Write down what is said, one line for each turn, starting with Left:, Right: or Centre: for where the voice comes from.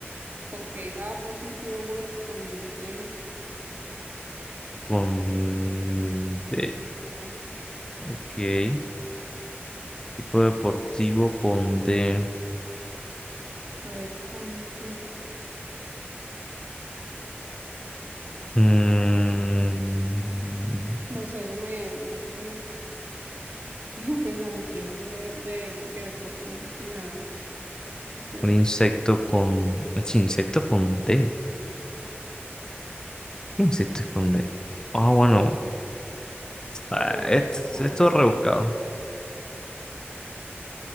Right: Ok, app o sitio web con D
Left: con
Right: o
Left: D.
Right: sitio web.
Left: Ok. Tipo deportivo con D.
Right: A ver, con D.
Left: Mm,
Right: No sé, eso me, me que <laughs> voy a pensar mucho. Yo no sé de, de, de qué deporte, nada. no, Pero,
Left: un insecto con. Ech, insecto con D. ¿Qué insecto es con D? Ah, bueno. ah,
Right: no, pero
Left: Este,
Right: no sé es como
Left: esto
Right: salta.
Left: es rebuscado.